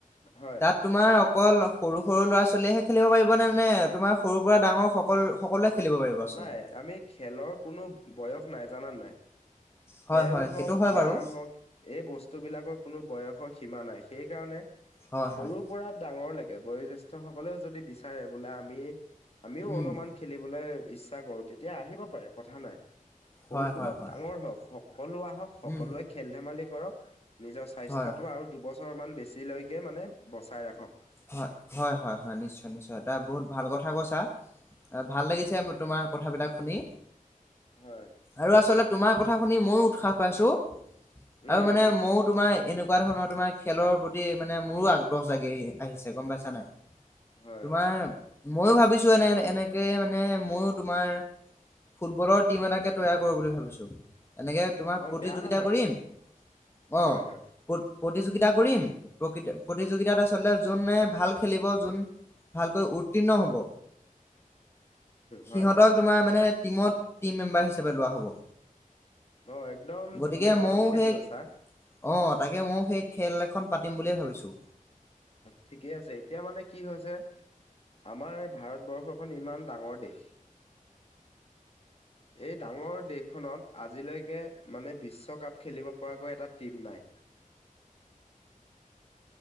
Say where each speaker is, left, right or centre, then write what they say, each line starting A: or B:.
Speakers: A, on the left; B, on the left.
A: হয়
B: তাত তোমাৰ অকল সৰু সৰু ল'ৰা ছোৱালীয়েহে খেলিব পাৰিবনে নে তোমাৰ সৰুৰ পৰা ডাঙৰ সকল সকলোৱে খেলিব পাৰিব? আচলতে?
A: নাই আমি খেলৰ কোনো বয়স নাই জানা নাই। খেল
B: হয় হয়
A: হওক,
B: সেইটো হয়
A: গোম
B: বাৰু।
A: হওক, এই বস্তু বিলাকৰ কোনো বয়সৰ সীমা নাই, সেইকাৰণে
B: হয়
A: সৰু
B: হয়
A: পৰা ডাঙৰ লাগে বয়োজেষ্ঠ সকলেও যদি বিচাৰে বোলে আমি আমিও
B: উম
A: অলপমান খেলিবলৈ ইচ্ছা কৰো তেতিয়া আহিব পাৰে কথা নাই। সৰু
B: হয় হয়
A: হওক,
B: হয়
A: ডাঙৰ হওক সকলো আহক, সকলোৱে
B: উম
A: খেল ধেমালি কৰক, নিজৰ স্বাস্থ্যটো
B: হয়।
A: আৰু দুবছৰমান বেছিলৈকে মানে বচাই ৰাখক।
B: হয়-হয়-হয়-হয় নিশ্চয় নিশ্চয় এটা বহুত ভাল কথা কৈছা। ভাল লাগিছে মোৰ তোমাৰ কথাবিলাক শুনি
A: হয়
B: আৰু আচলতে তোমাৰ কথা শুনি মইও উৎসাহ পাইছো
A: উম
B: আৰু মানে
A: উম
B: মইয়ো তোমাৰ এনেকুৱা ধৰণৰ তোমাৰ খেলৰ প্ৰতি মানে মোৰো আগ্ৰহ জাগি আহি আহিছে গম পাইছা নাই।
A: হয়
B: তোমাৰ ময়ো ভাবিছো এনে এনেকে মানে মইয়ো তোমাৰ ফুটবলৰ টিম এটাকে তৈয়াৰ কৰোঁ বুলি ভাবিছোঁ। এনেকে তোমাৰ
A: অ
B: প্ৰতিযোগিতা
A: বেয়া নহয়
B: কৰিম অ।
A: হয় হয়
B: প্ৰতিযোগিতা কৰিম প্ৰতি প্ৰতিযোগিতাত আচলতে যোনে ভাল খেলিব, যোন ভালকৈ উত্তীৰ্ণ হ'ব
A: হয়
B: সিহঁতক তোমাৰ মানে টিমত টিম মেম্বাৰ হিচাপে লোৱা হ'ব।
A: অ একদম
B: গতিকে
A: ধুনীয়া পদক্ষেপ
B: ময়ো সেই
A: লৈছা।
B: অ তাকে ময়ো সেই খেল এখন পাতিম বুলিয়ে ভাবিছোঁ।
A: ঠিকে আছে এতিয়া মানে কি হৈছে আমাৰ ভাৰতবৰ্ষ খন ইমান ডাঙৰ দেশ এই ডাঙৰ দেশখনত আজিলৈকে মানে বিশ্বকাপ খেলিব পৰাকৈ এটা টিম নাই।